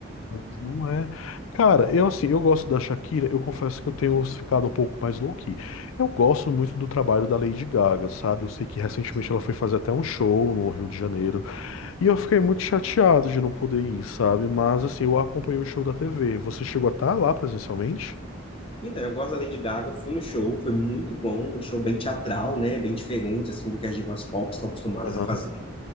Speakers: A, on the left; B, on the left.
A: mas não é. Cara, eu assim, eu gosto da Shakira, eu confesso que eu tenho ficado um pouco mais low-key. Eu gosto muito do trabalho da Lady Gaga, sabe? Eu sei que recentemente
B: Sim.
A: ela foi fazer até um show no Rio de Janeiro, e eu fiquei muito chateado de não poder ir, sabe? Mas assim, eu acompanhei o show da TV. Você chegou a estar lá presencialmente?
B: Então, eu gosto da Lady Gaga, fui no show, foi muito bom, um show bem teatral, né, bem diferente, assim, do que as divas pop estão acostumadas
A: Aham.
B: a fazer,